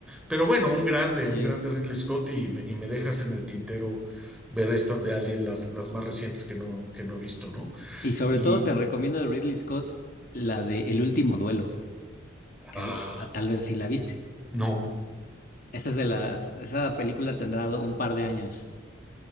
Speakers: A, in the centre; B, on the left.
A: Pero bueno, un grande,
B: eh,
A: un grande Ridley Scott y me, y me dejas en el tintero ver estas de Alien, las, las más recientes que no, que no he visto, ¿no?
B: Y sobre
A: Y
B: todo te recomiendo de Ridley Scott la de El último duelo, que
A: ah,
B: el- a- tal vez sí la viste.
A: no,
B: Esa es de las, esa película tendrá do- un par de años.